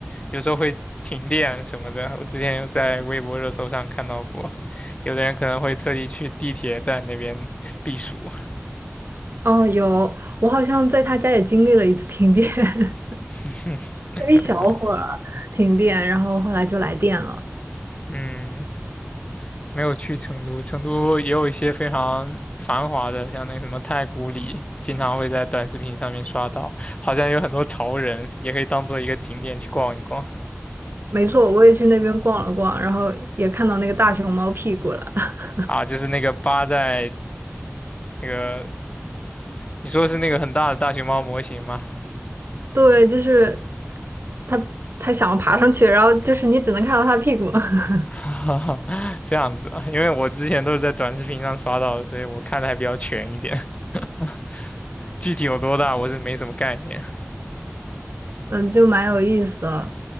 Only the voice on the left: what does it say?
有时候会停电什么的，我之前有在微博热搜上看到过，有的人可能会特地去地铁站那边避暑。
<laughs>
嗯没有去成都，成都也有一些非常繁华的，像那个什么太古里，经常会在短视频上面刷到，好像有很多潮人，也可以当做一个景点去逛一逛
啊。就是那个扒在那个，你说是那个很大的大熊猫模型吗？
<laughs> 这样子啊，因为我之前都是在短视频上刷到的，所以我看的还比较全一点，<laughs> 具体有多大我是没什么概念。